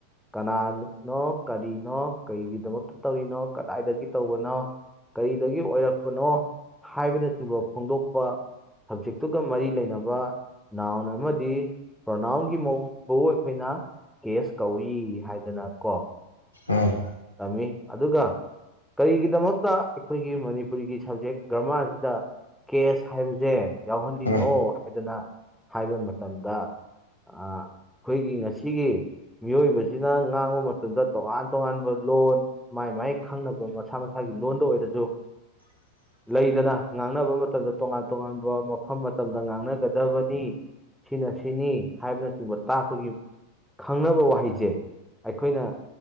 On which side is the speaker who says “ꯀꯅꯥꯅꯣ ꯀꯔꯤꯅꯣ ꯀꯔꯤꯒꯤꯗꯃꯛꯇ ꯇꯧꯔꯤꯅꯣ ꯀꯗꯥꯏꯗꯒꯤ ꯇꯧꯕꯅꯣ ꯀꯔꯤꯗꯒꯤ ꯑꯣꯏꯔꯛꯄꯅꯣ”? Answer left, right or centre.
Centre